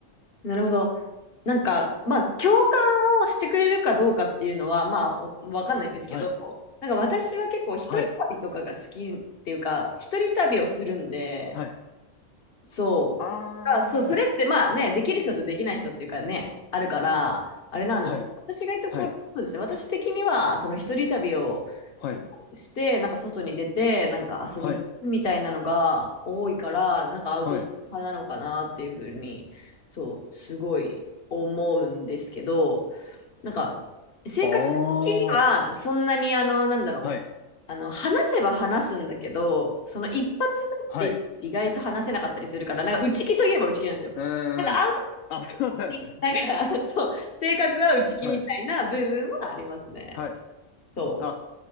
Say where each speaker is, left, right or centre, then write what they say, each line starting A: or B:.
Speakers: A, on the left; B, on the left.
A: ん。なるほど。なんか、まあ、共感をしてくれるかどうかっていうのは、まあ、おわかんないんですけど、
B: はい、
A: なんか私は結構一人旅とかが好きっていうか、
B: はい、
A: 一人旅をするんで、
B: はい。
A: そう。
B: あ
A: だから、そう、それってまあね、
B: ー、
A: できる人とできない人っていうかね、あるから、あれなんですけど、
B: はい
A: 私がいた頃、
B: はい、
A: そうですね、私的には、その一人旅をすごくして、
B: はい、
A: なんか外に出て、なんか遊びに行くみたいなのが多いから、
B: はい、
A: なんかアウトドア派なのかなっていうふうに、
B: はい。
A: そう、すごい思うんですけど、なんか、性格的には、
B: ああ、
A: そんなに、あの、なんだろう。
B: はい、
A: あの、話せば話すんだけど、その一発目って意外と話せなかったりするから、
B: はい。う
A: なんか内気といえば内気なんですよ。
B: ーん。
A: なんかアウトプ
B: あ、そうなんですね。
A: ットなんか、そう、性格は内気みたいな部分はありますね。
B: はい、はい。
A: そ
B: あ、